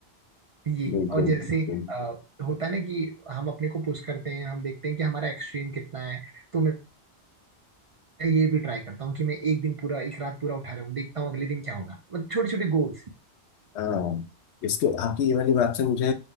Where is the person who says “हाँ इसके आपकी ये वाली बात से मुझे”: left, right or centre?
Left